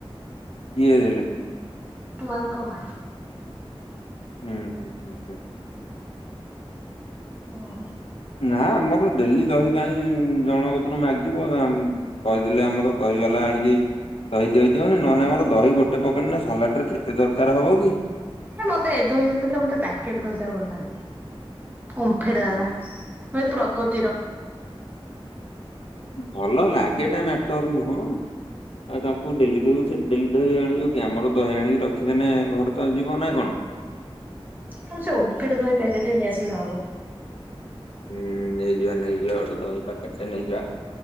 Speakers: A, on the left; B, on the right.
A: ଇଏଦେଲେ
B: ତୁ ଆାଙ୍କ ମା
A: ହୁଁ ହୁଁ ହୁଁ
B: ଓହୋ।
A: ନା ଆମର ଡେଲି ଦହି କାହିଁ ଜଣଗତରୁ ମାଗିବୁ ଆ କହିଥିଲି ଆମର ଦହିବାଲା ଆଣିକି ଦହି ଦଇ ଦିଅଣେ ନହେଲେ ଆମର ଦହି ଗୋଟେ ପକେଟ ନେ ସାଲାଡ ରେ କେତେ ଦରକାର ହବ କି?
B: ମତେ ଏ ଦହି ଅପେକ୍ଷା ମତେ ପ୍ୟାକେଟ ଦହି ଟା ଭଲ ଲାଗେ ଓମ୍ଫେଡ
A: ହୁଁ,
B: ବାଲା ଏ ପ୍ରଗତିର
A: ଭଲ ଲାଗେ ଟା ମ୍ଯାଟର ନୁହଁ ଆଉ ତାକୁ ଡେଲି କହିବୁ ସେ ଡେଲି ଦହି ଆଣିବ କିଆଁ ଆମର ଦହି ଆଣି ରଖିଦେନେ ଘରେ ତ ଯିବ ନା କଣ ଁ <inaudible>
B: ହୁଁ ସେ ଓମଫେଡ ଦହି ପ୍ୟାକେଟ୍ ଟା ନେଇ ଆସିଲେ ହବ
A: ହୁଁ ନେଇଯିବା ନେଇଯିବା ଗୋଟେ ଦହି ପାକେଟ ନେଇଯିବା